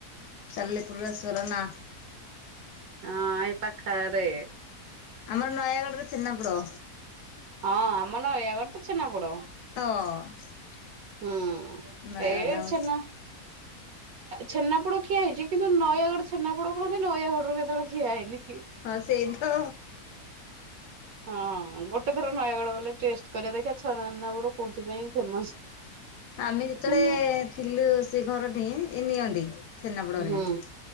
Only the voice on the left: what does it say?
ସାଲେପୁର ରସଗୋଲା ନା
ଆମର ନୟାଗଡ଼ରେ ଛେନାପୋଡ଼
ହଁ
ନୟାଗଡରେ
ଆମ
ହଁ ସେଇ ତ
ଆମେ ଯେତେବେଳେ
ଥିଲୁ ସେ ଘରଠି ଏ ନିଅନ୍ତି ଛେନାପଡ ହେରିକା